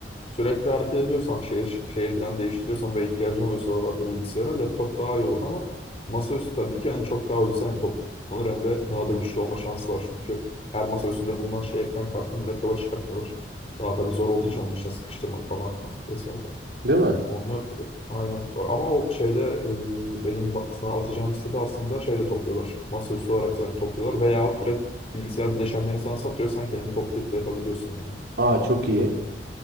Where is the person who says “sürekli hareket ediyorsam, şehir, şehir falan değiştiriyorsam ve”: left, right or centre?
Left